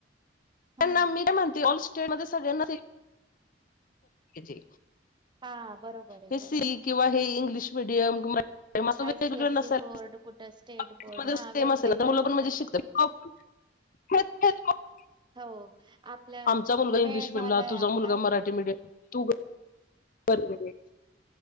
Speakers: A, on the left (about 50°); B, on the right (about 25°).
A: त्यांना
B: हा
A: मी म्हणते ऑल सो खेळ मध्ये सगळ्यांनाच सी जे
B: हा. बरोबर आहे
A: हे
B: बरोबर.
A: सी किंवा हे इंग्लिश मिडियम <unintelligible> वेगवेगळं
B: आयसीएससी
A: नसायला
B: बोर्ड कुठं स्टेट
A: <unintelligible>
B: बोर्ड
A: मध्ये
B: हा
A: सेम
B: वेगवेगळ्या
A: असेल तर मुलं
B: नसायला
A: पण मजेत शिकता
B: पाहिजे.
A: <unintelligible>
B: हो आपल्या
A: आमचा मुलगा इंग्लिश
B: वेळ
A: मिडियमला
B: झालाय
A: तुझा
B: आपला
A: मुलगा मराठी मिडियम तू <unintelligible>